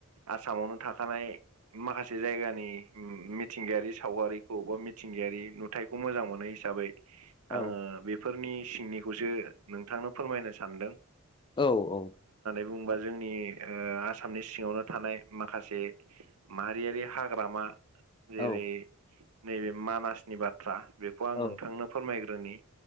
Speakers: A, on the right (about 80°); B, on the left (about 20°).
A: आसामावनो थाखानाय माखासे जायग जायगानि मिथिंगायारि सावगारिखौ बा मिथिंगायारि नुथायाइखौ मोजां मोनो हिसाबै
B: औ
A: आङो बेफोरनि सिंनिखौसो नोंथांनो फोरमायनो सानदों।
B: औ औ।
A: बुंबा जोंनि ओ आसामनि सिङावनो थानाय माखासे माहारियारि हाग्रामा जेरै
B: औ
A: नैबे मानासनि बाथ्रा बेखौ आं
B: औ
A: नोंथांनो फोरमायग्रोनि